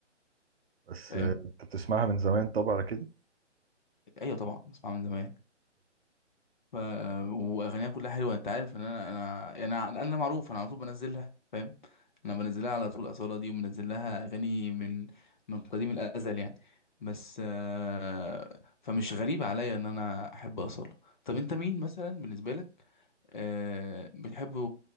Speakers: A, on the right; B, on the left.
A: بس
B: فاهم
A: آه، انت بتسمعها من زمان طبعا على كده
B: ايوه طبعا بسمعها من زمان ف واغانيها كلها حلوه انت عارف ان انا انا يعني انا انا معروف انا على طول بنزلها فاهم انا بنزلها على طول اصاله دي وبنزل لها اغاني من من قديم الازل يعني بس آه، فمش غريب عليا ان انا احب اصاله طب انت مين مثلا بالنسبه لك آه بتحبه